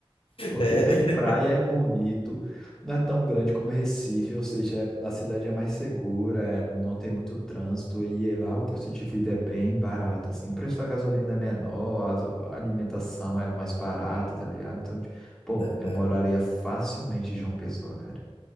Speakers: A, in the centre; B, on the left.
A: Porque
B: É.
A: tem praia, é bonito, não é tão grande como Recife, ou seja, é- a cidade é mais segura, é, não tem muito trânsito e é lá o custo de vida é bem barato, assim, o preço da gasolina é menor, as- a alimentação é mais barata, tá ligado? Então, ti- pô,
B: <laughs> Aham.
A: eu moraria facilmente em João Pessoa, cara.